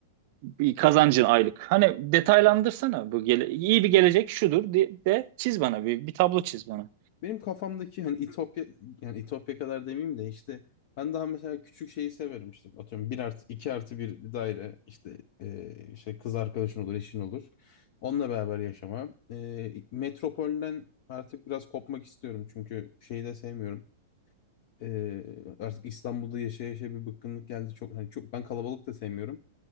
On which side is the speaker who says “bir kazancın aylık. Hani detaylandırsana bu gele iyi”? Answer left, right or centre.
Right